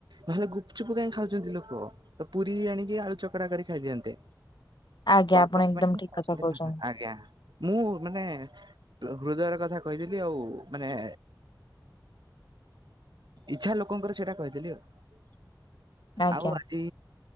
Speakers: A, on the right; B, on the left.
A: ନହେଲେ ଗୁପଚୁପ କାହିଁକି ଖାଉଛନ୍ତି ଲୋକ ତ ପୁରୀ ଆଣିକି ଆଳୁ ଚକଟା କରି ଖାଇଦିଅନ୍ତେ।
B: ଆଜ୍ଞା
A: କଡ
B: ଆପଣ
A: କଡ
B: ଏକଦମ
A: ପାଇଁ
B: ଠିକ
A: ଖାଉଛନ୍ତି
B: କଥା କହୁଛନ୍ତି।
A: ଆଜ୍ଞା। ମୁଁ ମାନେ ହୃଦୟର କଥା କହିଥିଲି ଆଉ ମାନେ ଇଚ୍ଛା ଲୋକଙ୍କର ସେଇଟା କହିଦେଲି ଆଉ।
B: ଆଜ୍ଞା
A: ଆଉ ଆଜି